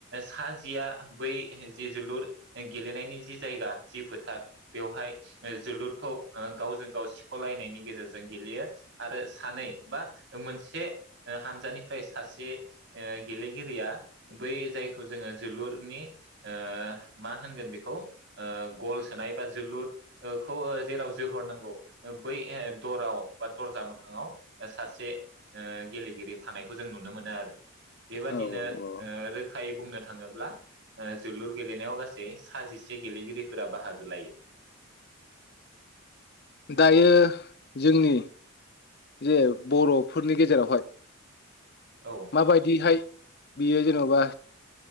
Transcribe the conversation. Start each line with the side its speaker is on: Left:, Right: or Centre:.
Right: सा जिया बै जि जोलुर गेलेनायनि जि जायगा जि फोथार बेवहाय जोलुरखौ ओ गावजों गाव सिखलायनायनि गेजेरजों गेलेयो आरो सानै बा मोनसे हानजानिफ्राय सासे गेलेगिरिया बै जायखौ जोङो जोलुरनि ओ मा होनगोन बेखौ ओ गल सोनाय बा जोलुर खौ जेराव जोहरनांगौ बै दराव बा दरजा मोखाङाव सासे ओ गेलेगिरि थानायखौ जों नुनो मोनो आरो बेबादिनो
Left: औ औ औ
Right: ओ रोखायै बुंनो थाङोब्ला जोलुर गेलेनायाव गासै साजिसे गेलेगिरि फोरा बाहागो लायो।
Left: दायो जोंनि बियो बर'फोरनि गेजेरावहाय
Right: औ
Left: माबायदिहाय बियो जेनेबा